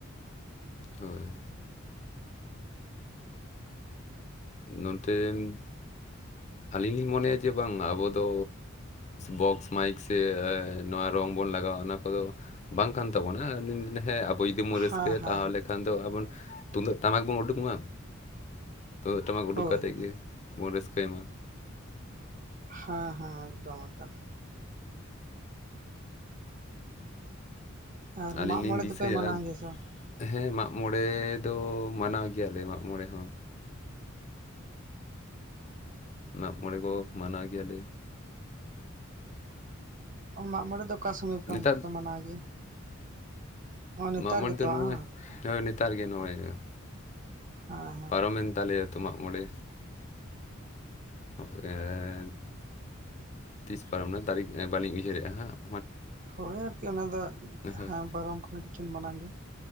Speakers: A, on the left; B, on the right.
A: ᱦᱳᱭ ᱱᱚᱱᱛᱮᱢ ᱟᱹᱞᱤᱧ ᱞᱤᱧ ᱢᱚᱱᱮᱭᱟ ᱡᱮ ᱵᱟᱝ ᱟᱵᱚ ᱫᱚ ᱵᱚᱠᱥ ᱢᱟᱭᱤᱠ ᱥᱮ ᱱᱚᱣᱟ ᱨᱚᱝ ᱵᱚᱱ ᱞᱟᱜᱟᱣᱟ ᱚᱱᱟ ᱠᱚᱫᱚ ᱵᱟᱝ ᱠᱟᱱ ᱛᱟᱵᱚᱱᱟ ᱟᱵᱚ ᱡᱩᱫᱤ ᱵᱚᱱ
B: ᱦᱮᱸ
A: ᱨᱟᱹᱥᱠᱟᱹᱭᱟ
B: ᱦᱮᱸ
A: ᱛᱟᱦᱚᱞᱮ ᱠᱷᱟᱱ ᱫᱚ ᱟᱵᱚ ᱛᱩᱢᱫᱟᱹᱜ ᱴᱟᱢᱟᱠ ᱵᱚᱱ ᱩᱰᱩᱠ ᱢᱟ ᱛᱩᱢᱫᱟᱹᱜ ᱴᱟᱢᱟᱠ ᱩᱰᱩᱠ
B: ᱦᱳᱭ
A: ᱠᱟᱛᱮ ᱜᱮ ᱵᱚᱱ ᱨᱟᱹᱥᱠᱟᱹᱭ ᱢᱟ
B: ᱦᱮᱸᱦᱮᱸ ᱮᱠᱫᱚᱢ ᱮᱠᱟ ᱟᱨ ᱢᱟᱜ
A: ᱟᱹᱞᱤᱧ
B: ᱢᱚᱬᱮ
A: ᱞᱤᱧ ᱫᱤᱥᱟᱹᱭᱟ
B: ᱫᱚᱯᱮ ᱢᱟᱱᱟᱣ ᱜᱮᱭᱟ ᱥᱮ
A: ᱦᱮᱸ ᱢᱟᱜᱽᱢᱚᱬᱮ ᱫᱚ ᱢᱟᱱᱟᱣ ᱜᱮᱭᱟ ᱞᱮ ᱢᱟᱜᱽᱢᱚᱬᱮ ᱦᱚᱸ ᱢᱟᱜ ᱢᱚᱬᱮ ᱠᱚ ᱢᱟᱱᱟᱣ ᱜᱤᱭᱟ ᱞᱮ
B: ᱢᱟᱜ ᱢᱚᱬᱮ ᱫᱚ ᱚᱠᱟ ᱥᱚᱢᱚᱭ ᱯᱮ
A: ᱱᱮᱛᱟᱨ
B: ᱚᱱᱠᱟ ᱯᱮ ᱢᱟᱱᱟᱣ ᱜᱮᱭᱟ? ᱱᱚᱜᱼᱚᱭ ᱱᱮᱛᱟᱨ
A: ᱢᱟ ᱢᱟᱡᱽ
B: ᱜᱮᱛᱚ
A: ᱫᱚ
B: ᱵᱟᱝ
A: ᱱᱩᱭ ᱱᱚᱜ-ᱚᱭ ᱱᱮᱛᱟᱨ ᱜᱮ ᱱᱚᱣᱟ. ᱭ ᱦᱩᱭᱩᱜ-ᱟ
B: ᱦᱮᱸ ᱦᱮᱸ
A: ᱯᱟᱨᱚᱢᱮᱱ ᱛᱟᱞᱮᱭᱟ ᱛᱚ ᱢᱟᱜ ᱢᱚᱬᱮ ᱯᱚᱨᱮ ᱛᱤᱥ <unintelligible> ᱛᱟᱹᱨᱤᱠᱷ ᱵᱟᱹᱞᱤᱧ ᱩᱭᱦᱟᱹᱨᱮᱜᱼᱟ ᱦᱟᱸᱜ ᱾
B: ᱦᱳᱭ ᱟᱨᱠᱤ ᱚᱱᱟ ᱫᱚ
A: ᱦᱳᱭ
B: ᱦᱮᱸ ᱯᱟᱨᱚᱢ ᱠᱟᱱ ᱠᱤᱪᱷᱩ ᱢᱟᱲᱟᱝ ᱜᱮ,